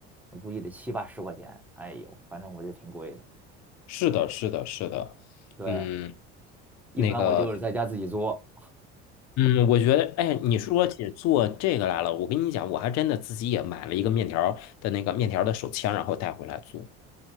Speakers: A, in the centre; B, on the left.
A: 估计得七八十块钱。哎呦，反正我觉得挺贵的。
B: 是的，是的，是的，
A: 对，
B: 嗯，
A: 一般我就是在家自己做。
B: 那个，嗯，我觉得，哎，你说起做这个来了，我跟你讲，我还真的自己也买了一个面条儿的那个面条儿的手枪，然后带回来做。